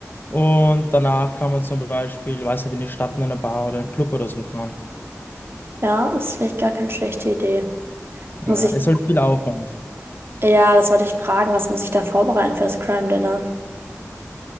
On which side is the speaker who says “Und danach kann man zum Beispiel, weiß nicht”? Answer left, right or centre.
Left